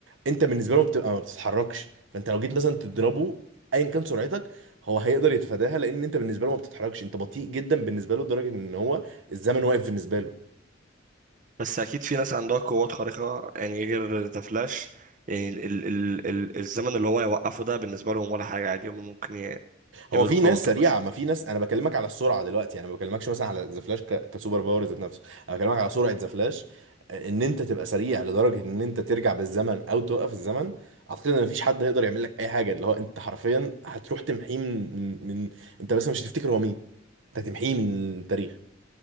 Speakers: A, on the right; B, on the right.
A: انت بالنسبه له بتبقى ما بتتحركش فانت لو جيت مثلا تضربه ايا كان سرعتك هو هيقدر يتفاداها لان انت بالنسبه له ما بتتحركش انت بطيء جدا بالنسبه له لدرجه ان هو الزمن واقف بالنسبه له
B: بس اكيد في ناس عندها قوات خارقة يعني غير ذا فلاش يعني ال ال ال ال- الزمن اللي هو يوقفه ده بالنسبة لهم ولا حاجة عادي هم ممكن ي- يعملوا
A: هو في
B: كاونتر
A: ناس سريعه
B: بس
A: ما في ناس انا بكلمك على السرعه دلوقتي انا ما بكلمكش مثلا على ذا فلاش ك... كسوبر باور ذات نفسه انا بكلمك على سرعه ذا فلاش ان انت تبقى سريع لدرجه ان انت ترجع بالزمن او توقف الزمن اعتقد ان مفيش حد هيقدر يعمل لك اي حاجه اللي هو انت حرفيا هتروح تمحيه من من, من... انت بس مش هتفتكر هو مين انت هتمحيه من التاريخ